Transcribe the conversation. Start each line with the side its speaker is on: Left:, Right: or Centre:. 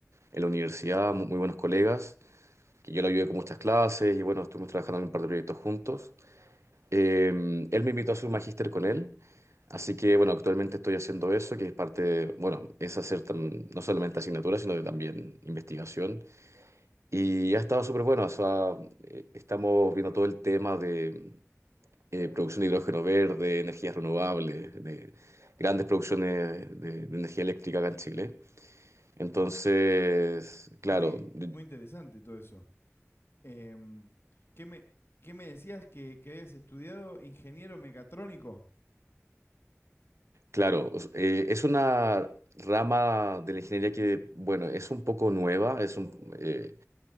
Right: en la universidad, mu- muy, buenos colegas, que yo lo ayudé con muchas clases y bueno, estuvimos trabajando en un par de proyectos juntos. Eh, él me invitó a hacer un magíster con él, así que bueno, actualmente estoy haciendo eso, que es parte, de- bueno, es hacer tam- no solamente asignaturas, sino que también investigación. Y ha estado súper bueno, o sea, eh, estamos viendo todo el tema de eh, producción de hidrógeno verde, energías renovables, de grandes producciones de, de energía eléctrica acá en Chile. Entonces, claro,
Left: Muy,
Right: de-
Left: muy interesante todo eso. Em, ¿qué, me, ¿Qué me decías que, que habías estudiado ingeniero mecatrónico?
Right: claro, o s- eh, es una rama de la ingeniería que, bueno, es un poco nueva, es un, eh,